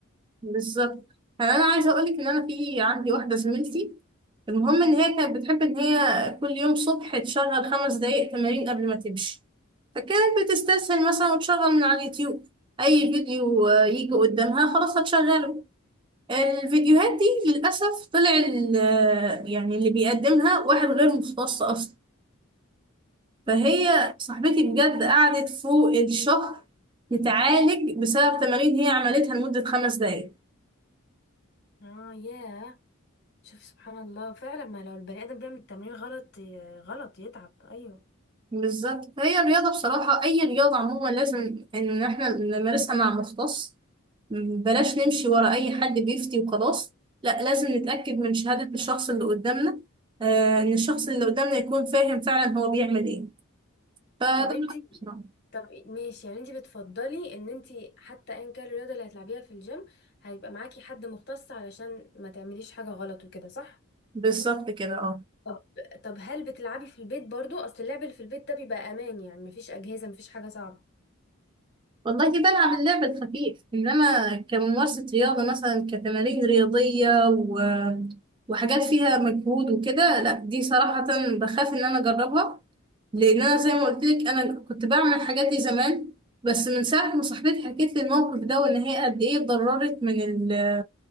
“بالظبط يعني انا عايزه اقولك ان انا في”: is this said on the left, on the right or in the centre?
Right